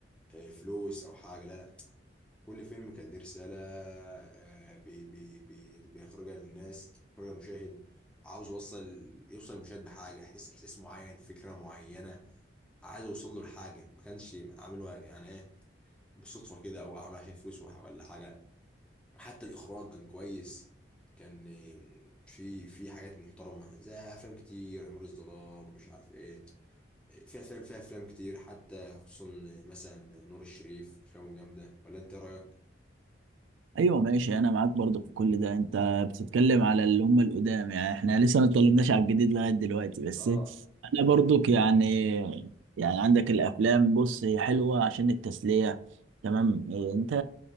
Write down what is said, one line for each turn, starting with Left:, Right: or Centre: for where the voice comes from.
Centre: آه، فلوس أو حاجة لا لا كل فيلم كان ليه رسالة آه، بي بي بي بيخرجها للناس بيخرجها للمشاهد عاوز يوصل يوصل المشاهد بحاجة إحساس إحساس معين فكرة معينة عايز اوصل له لحاجه ما كانش عامله يعني ايه بالصدفه كده او عامل عشان فلوس وح- ولا حاجه حتى الاخراج كان كويس كان إيه، في في حاجات محترمه زي افلام كتير امير الظلام مش عارف ايه في افلام فيها افلام كتير حتى خصوصا مثلا نور الشريف افلامه جامده ولا انت إيه رايك
Right: ايوه ماشي انا معاك برضه في كل ده انت بتتكلم على اللي هم القدام يعني احنا لسه ما اتكلمناش على الجديد لغايه دلوقتي بس
Centre: اه
Right: انا برضك يعني يعني عندك الافلام بص هي حلوه عشان التسليه تمام إيه، انت